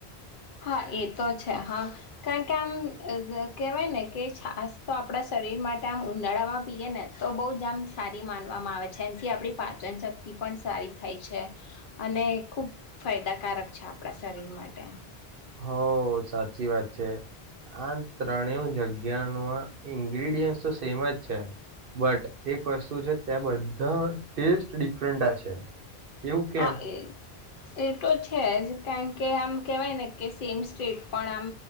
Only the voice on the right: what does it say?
હો સાચી વાત છે આ ત્રણે જગ્યામાં ઇન્ગ્રીડિયન્ટ તો સેમ જ છે બટ એક વસ્તુ છે ત્યાં બધા ટેસ્ટ ડિફરન્ટ છે. એવું કેમ